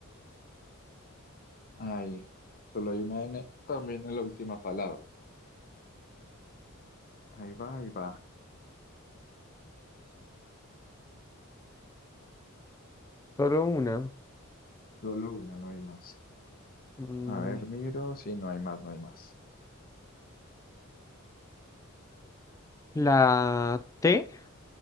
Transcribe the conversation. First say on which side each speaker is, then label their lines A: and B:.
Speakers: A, on the left (about 45°); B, on the left (about 15°).
A: Ahí. Solo hay una N. También en la última palabra. Ahí va, ahí va.
B: Solo una.
A: Solo una, no hay más.
B: Mm,
A: A ver, miro. Sí, no hay más, no hay más.
B: La T,